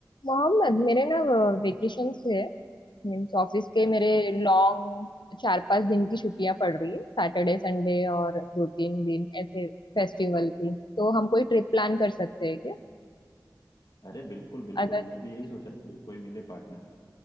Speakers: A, on the left; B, on the left.
A: मोहम्मद मेरे ना वेकेशन है मीन्स ऑफिस के
B: अच्छा
A: मेरे लॉन्ग चार पांच दिन की छुट्टियां पड़ रही है सैटरडे संडे और दो तीन दिन ऐसे फेस्टिवल की तो हम कोई ट्रिप प्लान कर सकते हैं क्या
B: अरे बिल्कुल बिल्कुल
A: अगर तुम
B: मैं भी यही सोच रहा था कि कोई मिले पार्टनर